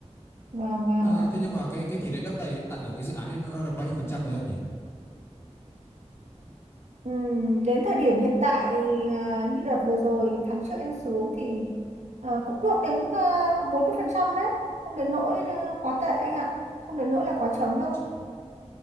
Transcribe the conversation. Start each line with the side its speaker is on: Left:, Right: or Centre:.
Right: vâng vâng
Left: Ờ, thế nhưng mà cái cái tỷ lệ lấp đầy hiện tại ở cái dự án ấy nó được bao nhiêu phần trăm rồi em nhỉ?
Right: Ừm, đến thời điểm hiện tại à, như đợt vừa rồi tháng trước em xuống thì à, cũng được đến uh, 40% đấy không đến nỗi à, quá tệ anh ạ không đến nỗi là
Left: 40%.
Right: quá trống đâu